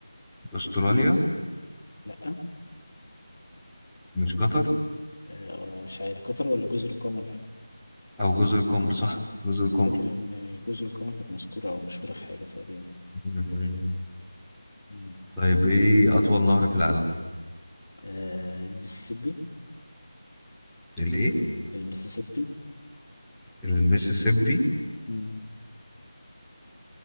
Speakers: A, in the centre; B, on the left.
A: استراليا
B: لأ
A: مش قطر
B: آه... مش عارف قطر ولا جزر القمر؟
A: او جزر القمر صح جزر
B: أنا
A: القمر
B: فاكر إن جزر القمر كانت مذكورة أو مشهورة في حاجة تقريبا
A: مم.
B: مم.
A: طيب ايه اطول نهر في العالم
B: آه... المسيسيبي
A: الايه
B: المسيسيبي
A: الميسيسيبي
B: مم.